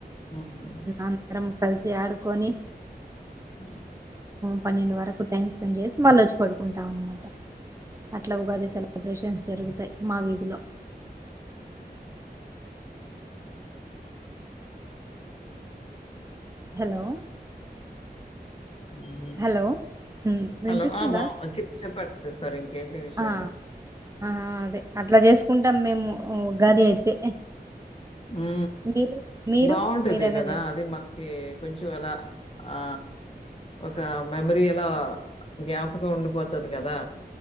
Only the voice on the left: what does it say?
హ్మ్.
అ
ఉ
హలో ఆ బా చి చెప్పండి సిస్టర్ ఇంకేంటి విషయాలు
ఉ
బాగుంటది
కదా
అది మనకి కొంచెం అలా ఆ ఒక మెమరీ ఎలా జ్ఞాపకం ఉండిపోతది కదా